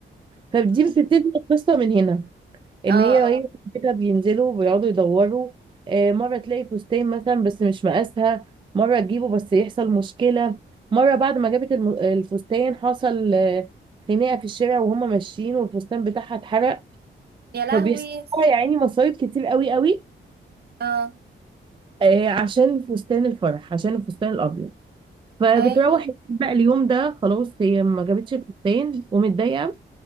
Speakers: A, on the right; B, on the right.
A: فدي بتبتدي القصة من هنا ان
B: اه
A: هي
B: اه.
A: هي بيتها بينزلوا بيقعدوا يدوروا آه، مره تلاقي فستان مثلا بس مش مقاسها مره تجيبه بس يحصل مشكله مره بعد ما جابت الم- الفستان حصل آه، خناقه في الشارع وهم ماشيين والفستان بتاعها اتحرق
B: يا لهوي
A: فبيحصل لها يا عيني مصايب كتير قوي قوي
B: اه
A: آه، عشان فستان الفرح عشان الفستان الابيض فبتروح
B: اي
A: البيت بقى اليوم ده خلاص هي ما جابتش الفستان ومتضايقه